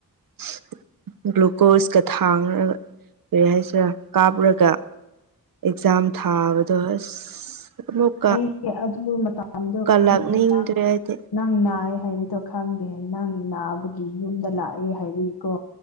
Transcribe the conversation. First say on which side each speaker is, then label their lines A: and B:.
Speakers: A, on the right (about 65°); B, on the left (about 75°).
A: <unintelligible> ꯀꯣꯔꯣꯁꯀ ꯊꯥꯡꯒ ꯀꯔꯤ ꯍꯥꯏꯁꯤꯔꯥ ꯀꯥꯞꯄꯨꯔꯒ ꯑꯦꯛꯖꯥꯝ ꯊꯥꯕꯗꯣ ꯑꯁ ꯑꯃꯨꯛ
B: ꯑꯩꯁꯦ ꯑꯗꯨ ꯃꯇꯗꯣ ꯈꯪꯉꯦꯗ
A: ꯂꯥꯛꯅꯤꯡꯗ꯭ꯔꯦ ꯍꯥꯏꯗꯤ
B: ꯅꯪ ꯅꯥꯏ ꯍꯥꯏꯕꯗꯣ ꯈꯪꯗꯦ ꯅꯪ ꯅꯥꯕꯒꯤ ꯌꯨꯝꯗ ꯂꯥꯛꯑꯦ ꯍꯥꯏꯕꯒꯤꯀꯣ